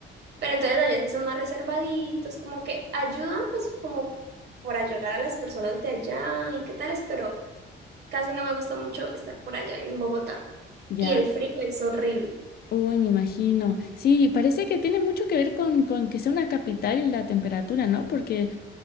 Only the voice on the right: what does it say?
Pero entonces allá sí son más reservaditos, como que ayudan pues como por ayudar a las personas de allá y qué tales, pero casi no me gusta mucho estar por allá en Bogotá.
Y el frío es horrible.